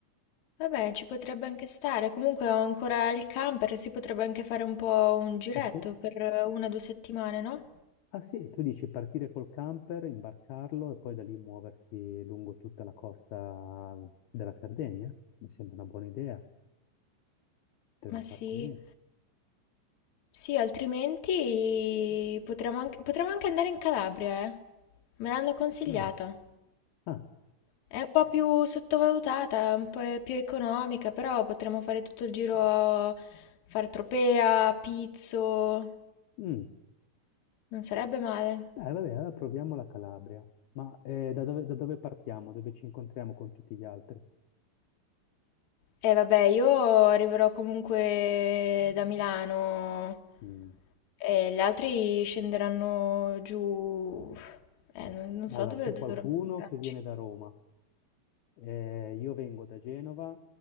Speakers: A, on the left; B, on the left.
A: Vabbè, ci potrebbe anche stare. Comunque ho ancora il camper, si potrebbe anche fare un po' un giretto
B: Ah sì?
A: per una o due settimane, no?
B: Ah sì, tu dici partire col camper, imbarcarlo e poi da lì muoversi lungo tutta la costa della Sardegna? Mi sembra una buona idea, potremmo
A: Ma sì,
B: far così.
A: sì, altrimenti potremmo anche, potremmo anche andare in Calabria, eh. Me l'hanno consigliata.
B: Ah, ah,
A: È un po' più sottovalutata, un po' è più economica, però potremmo fare tutto il giro, a fare Tropea, Pizzo,
B: Mm.
A: non sarebbe male.
B: Eh, vabbè, allora proviamo la Calabria. Ma eh, da dove, da dove partiamo? Dove ci incontriamo con tutti gli altri?
A: E vabbè, io arriverò comunque da Milano.
B: Mm.
A: E gli altri scenderanno giù... Eh, non, non
B: Allora,
A: so dove
B: c'è
A: dovremmo
B: qualcuno
A: andarci.
B: che viene da Roma, Eh, io vengo da Genova